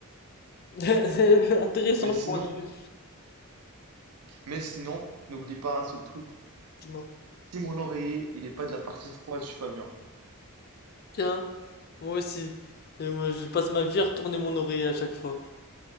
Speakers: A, on the left; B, on the right.
A: <laughs> C'est intéressant
B: Mais
A: le
B: sinon,
A: point de vue.
B: mais sinon, n'oublie pas un seul truc.
A: Dis-moi.
B: Si mon oreiller, il n'est pas de la partie froide, je suis pas bien.
A: Tiens, moi aussi. Et moi, je passe ma vie à retourner mon oreiller à chaque fois.